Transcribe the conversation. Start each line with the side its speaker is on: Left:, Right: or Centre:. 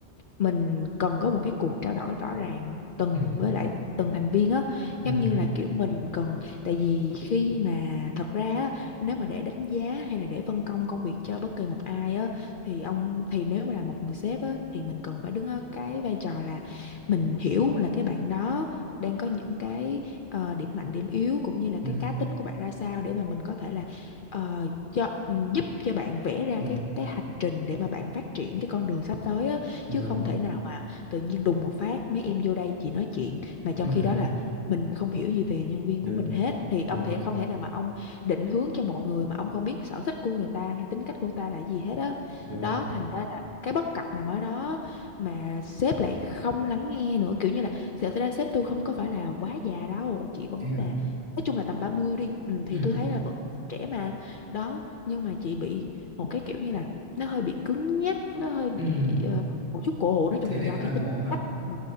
Left: mình cần có một cái cuộc trao đổi rõ ràng từng
Right: Ừ.
Left: với lại từng thành viên á
Right: Ừ.
Left: giống như là kiểu mình cần tại vì khi mà thật ra á, nếu mà để đánh giá hay là để phân công công việc cho bất kỳ một ai á thì ông thì nếu mà là một người sếp á thì mình cần phải đứng ở cái vai trò là mình hiểu là cái bạn đó đang có những cái ờ, điểm mạnh điểm yếu cũng như là
Right: Ừ.
Left: cái cá tính của bạn ra sao để mà mình có thể là ờ, cho ừm, giúp cho bạn vẽ ra
Right: Đúng.
Left: cái cái hành trình để mà bạn phát triển cái con đường sắp tới á
Right: Đúng
Left: chứ không
Right: rồi.
Left: thể nào mà tự nhiên đùng một phát mấy em vô đây chỉ nói chuyện mà trong
Right: Ừ.
Left: khi đó là mình không hiểu gì về nhân viên
Right: Đúng.
Left: của mình hết thì
Right: Đúng
Left: ông thể
Right: rồi.
Left: không thể nào mà ông định hướng cho một người mà ông không biết sở thích của người ta hay tính cách của ta là gì hết á đó
Right: Đúng
Left: Đó
Right: rồi.
Left: thành ra là cái bất cập nằm ở đó mà sếp lại không lắng nghe nữa kiểu như là thật ra sếp tôi không có phải là quá già đâu chị vẫn
Right: Thế à?
Left: là nói chung là tầm 30 đi ừ, thì
Right: Ừ.
Left: tôi thấy là vẫn trẻ mà đó nhưng mà chị bị một cái kiểu như là nó hơi bị cứng nhắc nó hơi bị
Right: Ừ.
Left: ờ, một chút cổ hủ nói chung
Right: Thế
Left: là
Right: lại
Left: do
Right: khá
Left: cái tính
Right: khó hả?
Left: cách ừ.